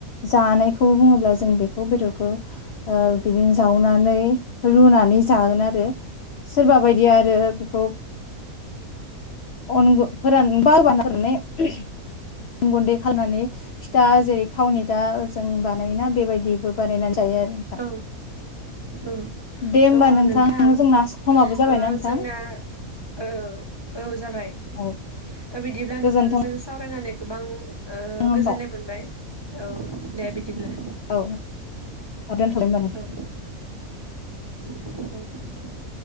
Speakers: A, on the left; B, on the right.
A: जानायखौ बुंङोब्ला जों बेखौ बेदरखौ ओ बिदिनो जावनानै रुनानै जागोन आरो। सोरबा बायदिया आरो बेखौ अन-गु फोरान बार बा <unintelligible> गुन्दै खालामनानै फिथा जेरै थावनि दा जों बानायोना बेबायदि बो बानायनानै जायो आरो नोंथां
B: औ औ
A: दे होमबा
B: थ' नोंथां
A: जोंना समाबो जाबायना
B: औ
A: नोंथां
B: जोंना औ औ जाबाय।
A: औ
B: दा बिदिब्ला
A: गोजोनथों
B: नोंथांजों सावरायनानै गोबां ओ
A: होमबा
B: गोजोननाय मोनबाय औ दे बिदिब्ला
A: औ आ दोनथबाय होमबा नों
B: औ औ